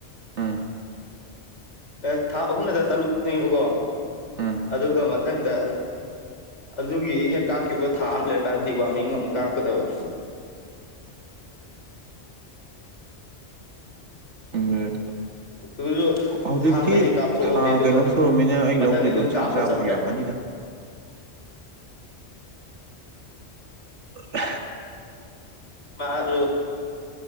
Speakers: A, on the right; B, on the left.
A: ꯎꯝ
B: ꯑꯦ ꯊꯥ ꯑꯍꯨꯝꯗ ꯇꯔꯨꯛꯅꯦꯕꯀꯣ
A: ꯎꯝ
B: ꯑꯗꯨꯒ ꯃꯊꯪꯗ ꯑꯗꯨꯒꯤ ꯍꯦꯛ ꯀꯥꯞꯈꯤꯕ ꯊꯥ ꯑꯃ ꯂꯩꯔꯀꯥꯟꯗꯗꯤ ꯋꯥꯔꯃꯤꯡ ꯑꯃꯛ ꯀꯥꯞꯀꯗꯕ
A: ꯎꯝ
B: ꯇꯨꯁꯨ
A: ꯍꯧꯖꯤꯛꯇꯤ
B: ꯑꯍꯥꯟꯕꯩꯗꯤ ꯀꯥꯞꯊꯣꯛꯑꯕꯅꯦ
A: ꯊꯥ
B: ꯑꯗꯨꯒ
A: ꯀꯩꯅꯣ ꯁꯨꯨꯔꯃꯤꯅ ꯑꯩ
B: ꯃꯊꯪꯗꯤ
A: ꯂꯧꯗꯣꯏꯗꯣ
B: ꯑꯗꯨꯝ ꯀꯥꯞꯄ
A: ꯆꯥꯛ ꯆꯥꯕ
B: ꯆꯠꯇ꯭ꯔꯦ
A: ꯍꯩꯔꯝꯃꯅꯤꯗ ꯎ
B: ꯃꯥꯔ